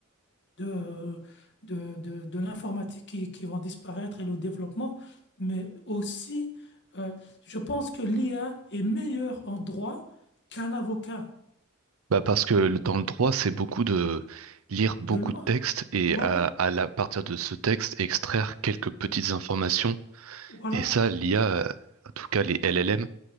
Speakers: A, on the left; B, on the right.
A: de, de, de, de l'informatique qui, qui vont disparaître et le développement, mais aussi, euh, je pense que l'IA est meilleure en droit qu'un avocat
B: Bah parce que le- dans le droit, c'est beaucoup de lire beaucoup
A: de loi.
B: de textes et
A: Voilà,
B: à, à la- à partir de ce texte, extraire quelques petites informations.
A: voilà,
B: Et ça, l'IA, euh, en tout cas les LLM,